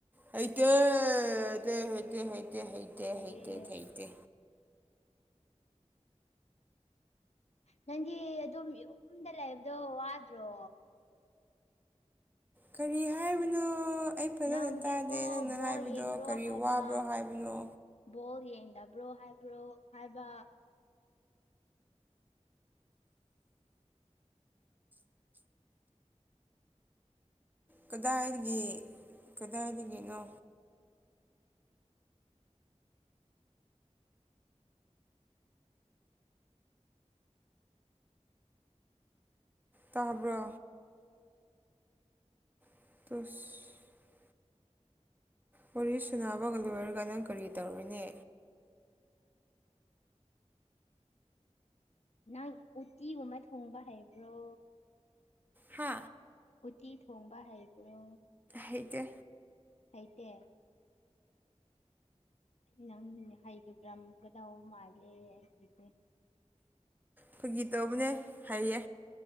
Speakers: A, on the right; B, on the left.
A: ꯍꯩꯇꯇ ꯍꯇ ꯍꯩꯇ ꯍꯩꯇ
B: ꯍꯩꯌꯦ
A: ꯍꯩꯇ ꯊꯩꯇ
B: ꯍꯩꯌꯦ ꯍꯩ ꯅꯪꯗꯤ ꯑꯗꯨꯝ ꯌꯨꯝꯗ ꯂꯩꯕꯗꯣ ꯋꯥꯗ꯭ꯔꯣ
A: ꯀꯔꯤ ꯍꯥꯏꯕꯅꯣ ꯑꯩ ꯐꯖꯅ
B: ꯅꯪꯒꯤꯀꯣ
A: ꯇꯥꯗꯦ ꯅꯪꯅ
B: ꯕꯣꯜ
A: ꯍꯥꯏꯕꯗꯣ
B: ꯌꯦꯡꯗ꯭ꯔꯣ
A: ꯀꯔꯤ
B: ꯍꯥꯏꯕ
A: ꯋꯥꯕ꯭ꯔꯣ ꯍꯥꯏꯕꯅꯣ
B: ꯕꯣꯜ ꯌꯦꯡ ꯗꯕ꯭ꯔꯣ ꯍꯥꯏꯕ꯭ꯔꯣ ꯍꯥꯏꯕ
A: ꯀꯗꯥꯏꯗꯒꯤ ꯀꯗꯥꯏꯗꯒꯤꯅꯣ ꯇꯥꯕ꯭ꯔꯣ ꯇꯁ ꯋꯥꯔꯤ ꯁꯨꯅꯕꯒ ꯂꯣꯏꯔꯒ ꯅꯪ ꯀꯔꯤ ꯇꯧꯔꯣꯏꯅꯦ
B: ꯅꯪ ꯎꯇꯤꯒꯨꯝꯕ ꯊꯣꯡꯕ ꯍꯩꯕ꯭ꯔꯣ
A: ꯍꯥ
B: ꯎꯇꯤ ꯊꯣꯡꯕ ꯍꯩꯕ꯭ꯔꯣ
A: ꯍꯩꯇꯦ
B: ꯑꯥꯏꯇ ꯅꯪ ꯍꯒ ꯭ꯔꯃꯒꯗ ꯃꯥꯂꯦ ꯍꯥꯏꯦ
A: ꯐꯈꯣꯏꯒꯤ ꯇꯧꯕꯅꯦ ꯍꯥꯏꯌꯦ